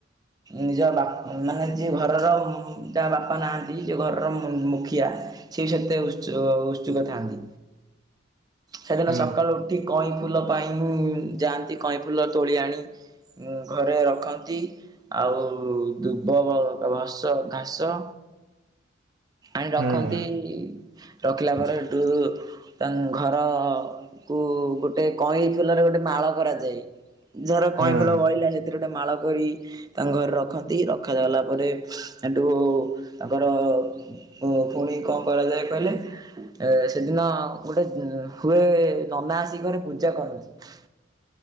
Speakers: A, on the right; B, on the right.
A: ନିଜ ବାପ ମାନେ ଯିଏ ଘରର ଯାହା ବାପା ନାହାନ୍ତି ଯିଏ ଘରର ମୁଖିଆ। ସେ ସେତେ ଉତ୍ସ -ଉତ୍ସୁକ ଥାଆନ୍ତି। ସେଦିନ
B: ହୁଁ
A: ସକାଳୁ ଉଠି କଇଁ ଫୁଲ ପାଇଁ ଯାଆନ୍ତି କଇଁ ଫୁଲ ତୋଳି ଆଣି। ଉଂ ଘରେ ରଖନ୍ତି। ଆଉ- ଦୁବ <unintelligible> ଘାସ ଆଣି
B: ହୁଁ
A: ରଖନ୍ତି ରଖିଲା ପରେ ହେଠୁ। ତାଙ୍କ ଘର କୁ ଗୋଟେ କଇଁ ଫୁଲରେ ଗୋଟେ ମାଳ କରାଯାଏ। ଯାହାର କଇଁ
B: ହୁଁ
A: ଫୁଲ ବଳିଲା ସେଥିରେ ଗୋଟେ ମାଳ କରି। ତାଙ୍କ ଘରେ ରଖନ୍ତି ରଖାଗଲା ପରେ ହେଠୁ ତାଙ୍କର। ଓ ପୁଣି କଣ କରାଯାଏ କହିଲେ ଏ ସେଦିନ। ଗୋଟେ ହୁଏ ନନା ଆସି ଘରେ ପୂଜା କରନ୍ତି।